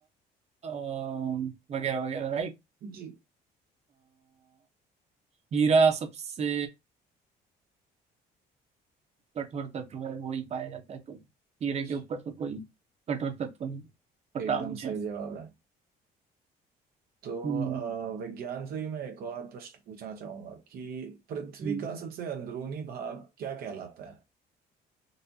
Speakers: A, on the right; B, on the right.
A: अ, वगैरह वगैरह राइट
B: जी
A: हीरा सबसे कठोर तत्व है वो ही पाया जाता है तो हीरे
B: जी,
A: के ऊपर तो कोई कठोर तत्व नहीं पता
B: एकदम
A: मुझे
B: सही जवाब है तो
A: हम्म
B: अ, विज्ञान से ही मैं एक और प्रश्न पूछना चाहूंगा कि पृथ्वी
A: हम्म।
B: का सबसे अंदरूनी भाग क्या कहलाता है